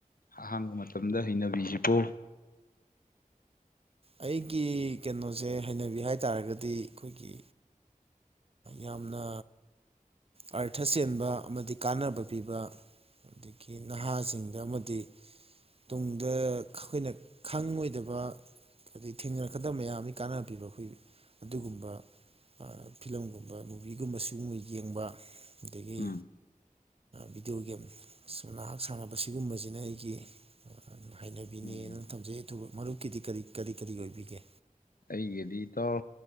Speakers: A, on the left (about 85°); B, on the right (about 45°).
A: ꯑꯍꯥꯡꯕ ꯃꯇꯝꯗ ꯍꯩꯅꯕꯤꯁꯤꯕꯨ
B: ꯑꯩꯒꯤ ꯀꯩꯅꯣꯁꯦ ꯍꯩꯅꯕꯤ ꯍꯥꯏ ꯇꯥꯔꯒꯗꯤ ꯑꯩꯈꯣꯏꯒꯤ ꯌꯥꯝꯅ ꯑꯥꯔꯊ ꯆꯦꯟꯕ ꯑꯃꯗꯤ ꯀꯥꯟꯅꯕ ꯄꯤꯕ ꯑꯗꯒꯤ ꯅꯍꯥꯁꯤꯡꯗ ꯑꯃꯗꯤ ꯇꯨꯡꯗ ꯑꯩꯈꯣꯏꯅ ꯈꯪꯉꯣꯏꯗꯕ ꯑꯗꯗꯒꯤ ꯊꯦꯡꯅꯔꯛꯀꯗꯕ ꯃꯌꯥꯝ ꯑꯃ ꯀꯥꯟꯅꯔ ꯄꯤꯕ ꯑꯩꯈꯣꯏ ꯑꯗꯨꯒꯨꯝꯕ ꯐꯤꯂꯝꯒꯨꯝꯕ ꯃꯨꯚꯤꯒꯨꯝꯕ ꯁꯤꯒꯨꯝꯕ ꯌꯦꯡꯕ ꯑꯗꯒꯤ
A: ꯎꯝ
B: ꯕꯤꯗꯤꯑꯣ ꯒꯦꯝ ꯉꯍꯥꯛ ꯁꯥꯟꯅꯕ ꯁꯤꯒꯨꯝꯕꯁꯤꯅ ꯑꯩꯒꯤ ꯍꯩꯅꯕꯤꯅꯦꯅ
A: ꯎꯝ
B: ꯊꯝꯖꯩ ꯃꯔꯨꯞꯀꯤꯗꯤ ꯀꯔꯤ ꯀꯔꯤ ꯀꯔꯤ ꯑꯣꯏꯕꯤꯒꯦ
A: ꯑꯩꯒꯤꯗꯤ ꯏꯇꯥꯎ